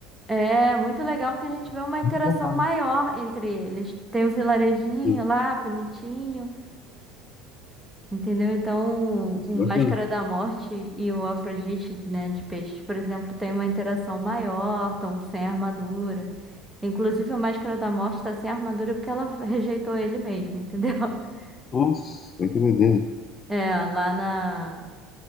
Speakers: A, in the centre; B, on the left.
A: é muito legal porque a gente vê uma interação
B: muito bacana.
A: maior entre eles. Tem um vilarejinho
B: Sim,
A: lá, bonitinho, entendeu? Então
B: isso
A: o
B: é
A: Máscara
B: bacana.
A: da Morte e o Afrodite, né, de peixes, por exemplo, tem uma interação maior, estão sem armadura. Inclusive, a Máscara da Morte está sem armadura porque ela rejeitou ele mesmo, entendeu? <laughs>
B: Nossa, que doideira.
A: É, lá na,